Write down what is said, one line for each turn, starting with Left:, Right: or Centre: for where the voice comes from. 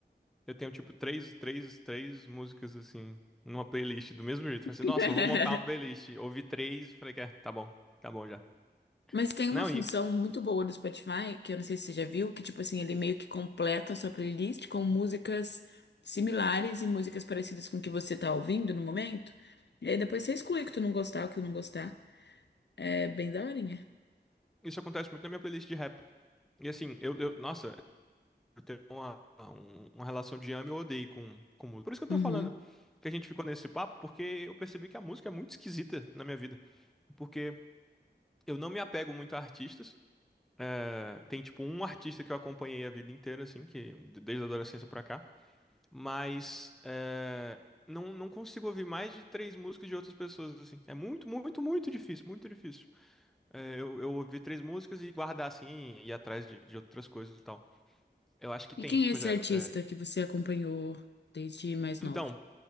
Centre: Eu tenho, tipo, três, três, três músicas, assim, numa playlist do mesmo jeito.
Left: <laughs>
Centre: Falei assim, nossa, eu vou montar uma playlist. Ouvi três, falei que é, tá bom, tá bom já.
Left: Mas tem uma
Centre: Não,
Left: função
Centre: e
Left: muito boa do Spotify, que eu não sei se você já viu, que tipo assim, ele meio que completa a sua playlist com músicas similares e músicas parecidas com o que você tá ouvindo no momento. E aí depois você exclui o que tu não gostar, o que tu não gostar. É bem daorinha.
Centre: isso acontece muito na minha playlist de rap. E assim, eu, eu- nossa, eu tenho uma, um- uma relação de ame ou odeio com, com música. Por isso que eu tô
Left: Uhum.
Centre: falando que a gente ficou nesse papo, porque eu percebi que a música é muito esquisita na minha vida. Porque eu não me apego muito a artistas. É, tem, tipo, um artista que eu acompanhei a vida inteira, assim, que desde a adolescência pra cá. Mas é, não, não consigo ouvir mais de três músicas de outras pessoas, assim. É muito, muito, muito difícil, muito difícil. É, eu, eu ouvir três músicas e guardar, assim, e ir atrás de, de outras coisas e tal. Eu acho que
Left: E
Centre: tem,
Left: quem é
Centre: pois
Left: esse
Centre: é
Left: artista
Centre: é,
Left: que você acompanhou desde mais novo?
Centre: então,